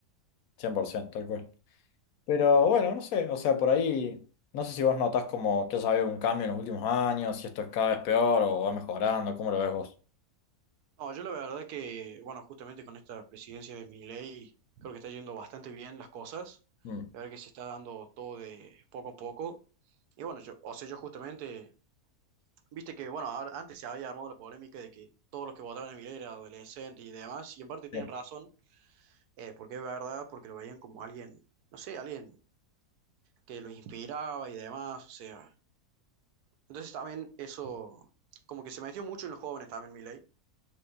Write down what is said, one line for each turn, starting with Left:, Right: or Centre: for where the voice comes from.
Left: 100% tal cual. Pero bueno, no sé, o sea, por ahí, no sé si vos notás como que haya habido un cambio en los últimos años, si esto es cada vez peor o va mejorando, ¿cómo lo ves vos?
Right: No, yo la verdad que, bueno, justamente con esta presidencia de Milei, creo que está yendo bastante bien las cosas.
Left: Mm,
Right: La verdad que se está dando todo de poco a poco. Y bueno, yo, o sea, yo justamente, viste que, bueno, ahora- antes se había armado la polémica de que todos los que votaron a Milei eran adolescentes y demás, y en parte tienen
Left: sí,
Right: razón, eh, porque es verdad, porque lo veían como alguien, no sé, alguien que lo inspiraba y demás, o sea. Entonces también eso, como que se metió mucho en los jóvenes también Milei.